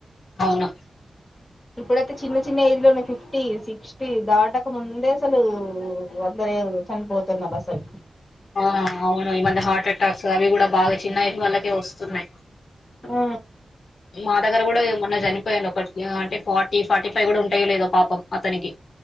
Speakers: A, on the left; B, on the left.
A: అవును
B: ఇప్పుడైతే చిన్న చిన్న ఏజ్ లలో ఫిఫ్టీ, సిక్స్టీ దాటక ముందే అసలు వద్ద దేవ్ చనిపోతున్నారు అసలు
A: ఆ అవును ఈమద్య హార్ట్ అటాక్స్ అవి కూడా బాగా చిన్నఏజ్ వాళ్లకే వస్తున్నాయి.
B: ఆ
A: మా దగ్గర కూడా మొన్న చనిపోయాను ఒకటి అంటే ఫార్టీ, ఫార్టీ ఫైవ్ కూడా ఉంటాయో లేదో పాపం అతనికి